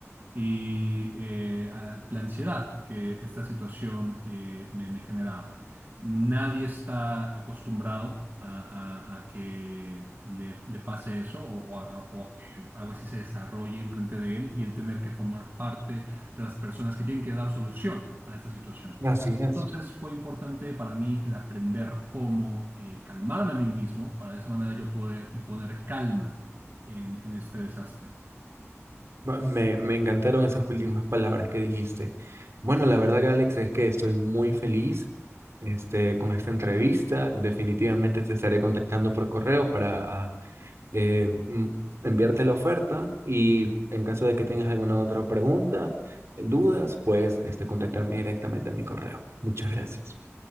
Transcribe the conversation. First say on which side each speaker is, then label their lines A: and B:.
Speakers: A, on the right; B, on the right.
A: y eh, a- la ansiedad que esta situación eh, me, me generaba. Nadie está acostumbrado a, a- a que le, le pase eso o, o a, o a que algo así se desarrolle enfrente de él y el tener que formar parte de las personas que tienen que dar solución a esta situación.
B: Así es.
A: Entonces fue importante para mí el aprender cómo eh, calmarme a mí mismo para de esa manera yo poder imponer calma en, en este desastre.
B: Ma- Me, me encantaron esas últimas palabras que dijiste. Bueno, la verdad, Alex, es que estoy muy feliz este, con esta entrevista. Definitivamente te estaré contactando por correo para ah, eh, mm, enviarte la oferta y en caso de que tengas alguna otra pregunta, dudas, pues este, contactarme directamente a mi correo. Muchas gracias.